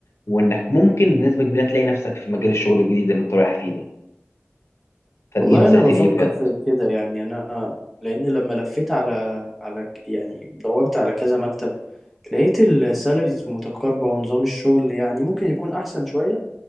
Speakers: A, on the left (about 75°); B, in the centre.
A: وإنك ممكن بنسبة كبيرة تلاقي نفسك في مجال الشغل الجديد اللي أنت رايح فيه ده فدي
B: والله
A: نصيحتي
B: انا بفكر
A: ليه بجد
B: في كده يعني انا لان لما لفيت على على ك- يعني دورت على كذا مكتب لقيت السالاريز متقاربة ونظام الشغل يعني ممكن يكون احسن شوية